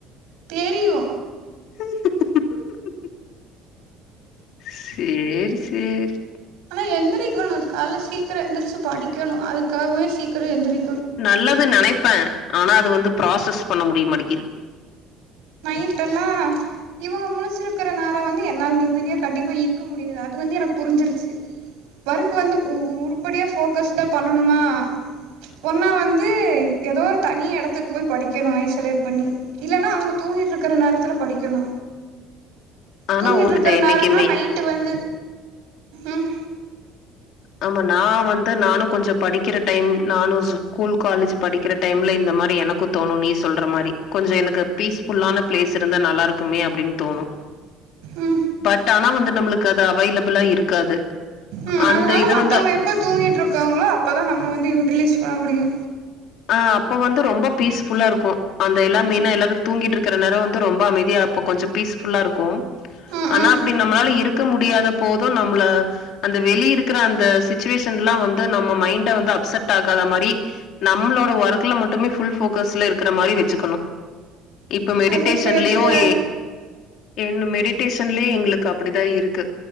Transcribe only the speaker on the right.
தெரியு
ந எந்திரிக்கணு கால்ல சீக்கிர எந்திரிச்சு படிக்கணு அது க்காகவே சீக்கிர எந்திரி
நைட்டெல்லா இவுங்க முழுச்சுருக்குற நேர வந்து என்னால நிம்மதியா கண்டிப்பா இருக்க முடியாது அது வந்து எனக்கு புருஞ்சுருச்சு ஒர்க் வந்து உருப்படியா ஃபோக்கஸ்டா பண்ணணுமா ஒன்னா வந்து எதோ ஒரு தனி எடத்துக்கு போ படிக்கணு ஐ ஸொலேட் பண்ணி இல்லனா அவுங்க தூங்கிட்ருக்குற நேரத்துல படிக்கணு
தூங்கிட்ருக்கற
நேரன்னா நைட்டு வந்து ம்
ம்
ம்
அதுனால
மத்தவுங்க
எப்ப தூங்கிட்ருக்காங்களோ அப்பதா நம் ம வந்து யூட்டிலைஸ் பண்ண முடியு
ம்
ம்
ம்
அது எப்டி வச்சுக்க